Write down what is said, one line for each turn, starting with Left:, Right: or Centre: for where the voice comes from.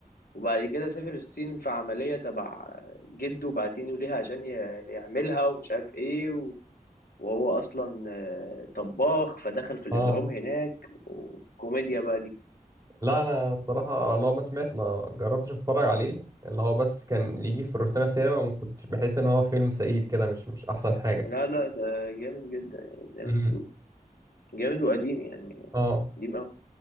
Left: وبعد كده سافر الصين في عمليه تبع جده بعتينه ليها عشان ي- يعملها ومش عارف ايه و- وهو اصلا آه، طباخ فدخل في الاجرام
Right: اه
Left: هناك وكوميديا بقى دي
Right: لا انا الصراحه لو ما سمعت ما جربتش اتفرج عليه اللي هو بس كان يجي في روتانا سينما ما كنتش بحس ان هو فيلم ثقيل كده مش مش احسن حاجه
Left: لا لا ده جامد جدا يعني زي ما
Right: امم
Left: شفتوه جامد وقديم يعني
Right: اه
Left: قديم